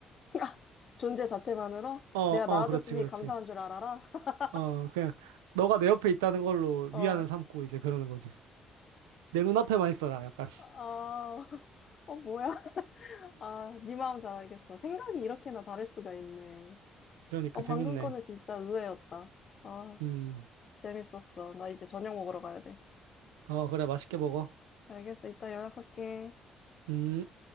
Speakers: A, on the left; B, on the right.
A: <laughs> 존재 자체만으로?
B: 어,
A: 내가
B: 어,
A: 나아졌으니
B: 그렇지, 그렇지.
A: 감사한 줄 알아라. <laughs>
B: 어, 그냥 너가 내 옆에 있다는 걸로
A: 어,
B: 위안을 삼고 이제 그러는 거지. 내 눈앞에만 있어라, 약간. <laughs>
A: 아, <laughs> 어, 뭐야? 아, 네 마음 잘 알겠어. 생각이 이렇게나 다를 수가 있네.
B: 그러니까
A: 어,
B: 재밌네.
A: 방금 거는 진짜 의외였다. 아,
B: 음.
A: 재밌었어. 나 이제 저녁 먹으러 가야 돼.
B: 어, 그래, 맛있게 먹어.
A: 알겠어. 이따 연락할게.
B: 음.